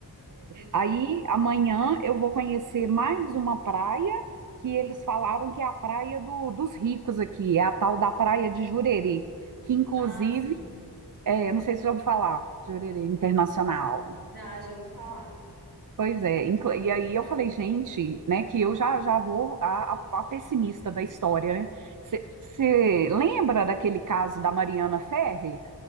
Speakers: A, on the right; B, on the right.
A: E,
B: Aí
A: e-
B: amanhã eu vou conhecer mais uma praia que eles falaram que é a praia do- dos ricos aqui, é a tal da Praia de Jurerê, que inclusive,
A: ah, sim.
B: é, eu não sei se já ouviu falar, Jurerê Internacional.
A: Já, já ouvi falar.
B: Pois é, inclu- e aí eu falei, gente, né, que eu já, já vou a, a- a pessimista da história, né? Você lembra daquele caso da Mariana Ferrer?